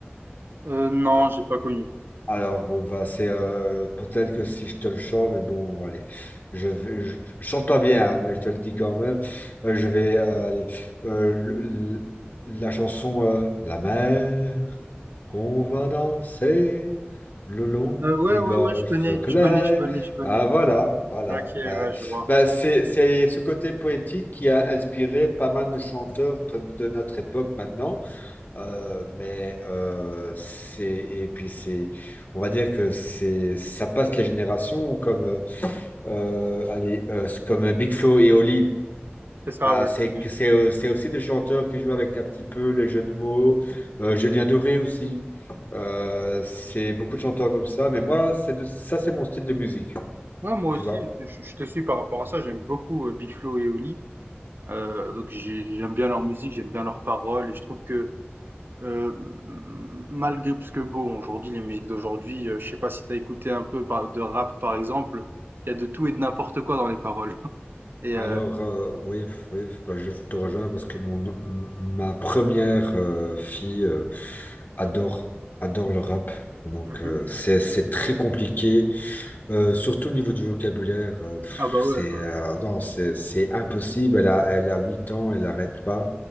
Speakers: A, on the right (about 60°); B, on the left (about 50°).
A: Euh, non,
B: Ah,
A: j'ai pas connu.
B: alors, bon, bah, c'est euh, peut-être que si je te le chante, mais bon, allez, je, vais- je, je chante pas bien, hein, mais je te le dis quand même. Euh, je vais, euh, allez, euh, le- le- la chanson euh, La mer qu'on va danser le long
A: Euh, ouais,
B: des
A: ouais,
B: golfes
A: ouais, je connais,
B: clairs.
A: je connais, je connais, je connais.
B: Ah, voilà, voilà.
A: Ok, ouais,
B: Bah,
A: je vois.
B: bah, c'est, c'est ce côté poétique qui a inspiré pas mal de chanteurs de notre époque maintenant. Euh, mais euh, c'est et puis c'est on va dire que c'est ça passe les générations comme euh, euh, allez euh, comme euh, Big Flo et Oli
A: C'est ça,
B: Bah,
A: ouais,
B: c'est
A: je connais.
B: que- c'est euh, c'est aussi des chanteurs qui jouent avec un petit peu les jeux de mots Euh, Julien Doré aussi Euh, c'est beaucoup de chanteurs comme ça mais moi c'est de- ça c'est mon style de musique
A: Ouais, moi
B: tu
A: aussi,
B: vois
A: je, je- je te suis par rapport à ça. J'aime beaucoup euh, Big Flo et Oli. Euh, donc j'ai- j'aime bien leur musique, j'aime bien leurs paroles et je trouve que euh, malgré parce que bon aujourd'hui les musiques d'aujourd'hui, euh, je sais pas si t'as écouté un peu par- de rap par exemple, il y a de tout et de n'importe quoi dans les paroles. <laughs> Et
B: Alors,
A: euh,
B: euh, oui, oui, bah, je te rejoins parce que mon, m- ma première euh, fille euh, adore, adore le rap. Donc,
A: Mhm.
B: euh, c'est, c'est très compliqué, Euh, surtout au niveau du vocabulaire. euh, pff,
A: ah bah
B: c'est,
A: ouais,
B: euh, non, c'est, c'est impossible. Elle a, elle a 8 ans, elle n'arrête pas.